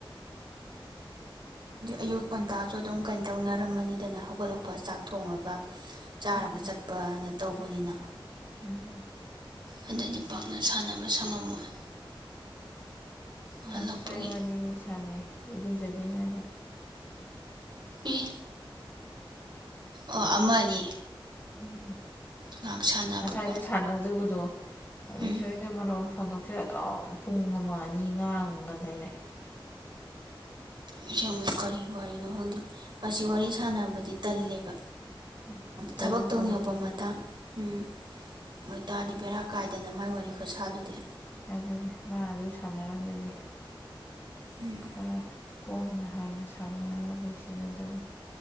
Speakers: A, on the right (about 60°); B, on the left (about 25°).
A: ꯑꯌꯨꯛ ꯉꯟꯇꯥꯁꯨ ꯑꯗꯨꯝ ꯀꯩꯅ ꯇꯧꯅꯔꯝꯃꯅꯤꯗꯅ ꯍꯧꯒꯠꯂꯛꯄ ꯆꯥꯛ ꯊꯣꯡꯡꯂꯒ ꯆꯥꯔꯒ
B: ꯎꯝ
A: ꯆꯠꯄꯅ ꯇꯧꯕꯅꯤꯅ
B: ꯎꯝ
A: ꯑꯗꯗꯤ ꯄꯥꯛꯅ ꯁꯥꯟꯅꯕ ꯁꯪꯉꯝꯃꯣꯏ
B: ꯅꯎꯆꯥ
A: ꯍꯜꯂꯛꯄꯒꯤ
B: ꯏꯕꯥꯅꯤꯗꯤ ꯁꯥꯟꯅꯩ ꯏꯔꯨꯖꯗ꯭ꯔꯤꯉꯩꯗ
A: ꯑꯦ ꯑꯣ ꯑꯃ ꯑꯅꯤ
B: ꯎꯝ
A: ꯉꯥꯏꯍꯥꯛ ꯁꯥꯟꯅꯕꯀꯣ
B: ꯉꯁꯥꯏꯗ ꯁꯥꯟꯅꯗꯨꯕꯗꯣ ꯄꯔꯃꯦꯁꯣꯔꯤꯗꯣ
A: ꯎꯝ
B: ꯃꯔꯣꯟ ꯑꯃ ꯐꯣꯟ ꯇꯧ ꯁꯦ ꯑꯗꯨꯝ ꯄꯨꯡ ꯑꯃ ꯑꯅꯤ ꯉꯥꯡꯒ ꯂꯩꯔꯦ
A: ꯑꯁꯦꯡꯕ ꯀꯔꯤ ꯋꯥꯔꯤꯅꯣ ꯈꯪꯗꯦ ꯑꯁꯤ ꯋꯥꯔꯤ ꯁꯥꯟꯅꯕꯗꯤ ꯇꯜꯂꯦꯕ
B: ꯑꯗꯨꯅꯦ ꯇꯧꯕ
A: ꯊꯕꯛ ꯇꯧꯅꯤꯡꯉꯛꯄ
B: ꯍꯧꯔꯛꯈ꯭ꯔꯗꯤ
A: ꯃꯇꯥꯡ ꯎꯝ ꯑꯣꯏꯇꯥꯔꯗꯤ ꯕꯦꯔꯥ ꯀꯥꯏꯗꯅ ꯃꯥꯏ ꯋꯥꯔꯤ ꯈꯨꯠꯁꯥꯗꯨꯗꯤ
B: ꯑꯗꯨꯅꯤ ꯃꯥ ꯑꯗꯨ ꯁꯥꯟꯅꯔꯝꯗꯔꯗꯤ
A: ꯎꯝ
B: ꯈꯔ ꯀꯣꯝꯅ ꯍꯥꯏꯅ ꯁꯥꯟꯅꯔꯒ ꯂꯣꯏꯁꯤꯜꯒꯗꯕꯅꯤ